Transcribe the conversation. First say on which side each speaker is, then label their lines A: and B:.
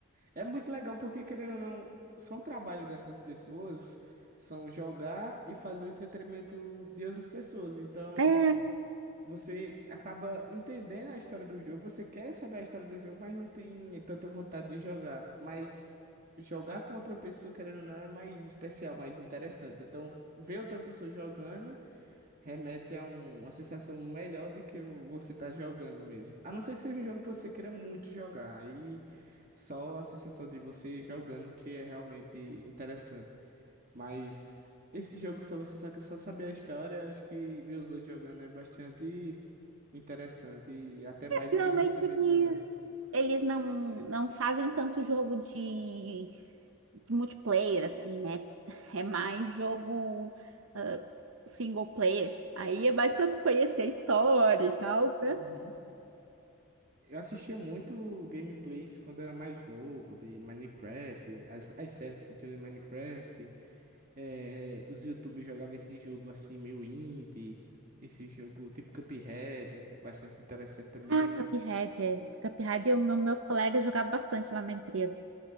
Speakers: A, on the right (about 40°); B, on the right (about 75°).
A: É muito legal porque, querendo ou não, são trabalho dessas pessoas, são jogar e fazer o entretenimento de outras pessoas. Então.
B: É,
A: Você acaba entendendo a história do jogo, você quer saber a história do jogo, mas não tem tanta vontade de jogar. Mas jogar com outra pessoa, querendo ou não, é mais especial, mais interessante. Então, ver outra pessoa jogando remete a um- uma sensação melhor do que você tá jogando mesmo. A não ser que seja um jogo que você queira muito jogar, aí só a sensação de você jogando que é realmente interessante. Mas esse jogo, só você só que só saber a história, acho que ver os outros jogando é bastante interessante. E até mais
B: geralmente
A: do que você mesmo
B: eles,
A: jogando.
B: eles não, não fazem tanto jogo de multiplayer, assim, né? <laughs> É mais jogo ah, single player. Aí é mais pra tu conhecer a história e tal, né?
A: Uhum. Eu assistia muito gameplays quando era mais novo, de Minecraft, as, as séries que tinham de Minecraft. eh, os YouTubers jogavam esse jogo assim, meio indie. Esse jogo tipo Cuphead, bastante interessante também.
B: Ah, Cuphead, é. Cuphead, eu, meu- meus colegas jogavam bastante lá na empresa.